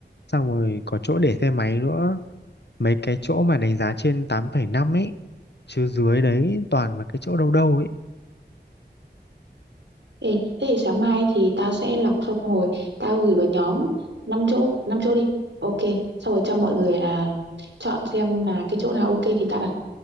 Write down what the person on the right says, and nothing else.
Ê, thế thì sáng mai thì tao sẽ lọc xong rồi tao gửi vào nhóm năm chỗ, 5 chỗ đi. Ok, xong rồi cho mọi người là chọn xem là cái chỗ nào ok thì tao đặt